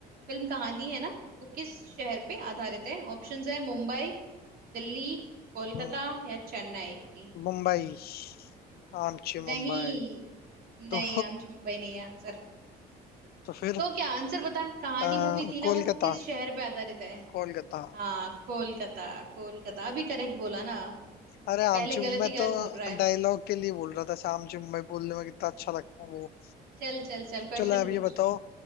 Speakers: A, on the right; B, on the left.
A: फिल्म कहानी है ना वो किस शहर पे आधारित है ऑप्शंस है मुंबई दिल्ली कोलकाता
B: हम्म,
A: या चेन्नई
B: मुंबई आमची
A: नहीं
B: मुंबई
A: नहीं
B: तो
A: आमची मुंबई नहीं है आंसर
B: तो फिर
A: तो क्या आंसर बता कहानी
B: आ,
A: मूवी थी ना
B: कोलकाता
A: वो किस शहर पे आधारित है
B: कोलकाता
A: हाँ कोलकाता कोलकाता अभी करेक्ट बोला ना
B: अरे आमची
A: पहले गलत
B: मैं
A: ही गलत
B: तो
A: बोल रहा है
B: डायलॉग के लिए बोल रहा था आमची मुंबई बोलने में कितना अच्छा लगता है वो
A: चल चल चल क्वेश्चन
B: चलो आप
A: पूछ
B: ये बताओ